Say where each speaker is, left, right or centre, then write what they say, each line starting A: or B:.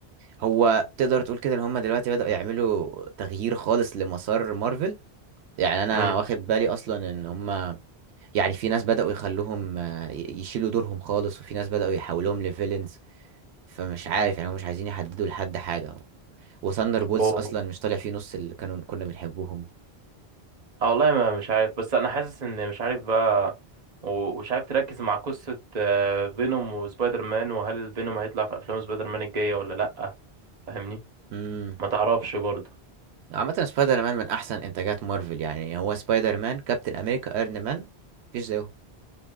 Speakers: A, on the right; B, on the right.
A: هو تقدر تقول كده ان هم دلوقتي بدأوا يعملوا تغيير خالص لمسار مارفل يعني انا
B: امم
A: واخد بالي اصلا ان هم يعني في ناس بدأوا يخلوهم آه، ي- يشيلوا دورهم خالص وفي ناس بدأوا يحولوهم لفيلنز فمش عارف يعني هم مش عايزين يحددوا لحد حاجة وثاندر بولز
B: و...
A: اصلا مش طالع فيه نص اللي كانوا كنا بنحبوهم
B: اه والله ما مش عارف بس انا حاسس ان مش عارف بقى و- ومش عارف تركز مع قصه آه، فينوم وسبايدر مان وهل فينوم هيطلع في افلام سبايدر مان الجايه ولا لا فاهمني
A: امم
B: ما تعرفش برضه
A: عامة سبايدر مان من أحسن إنتاجات مارفل يعني هو سبايدر مان كابتن أمريكا أيرون مان مفيش زيه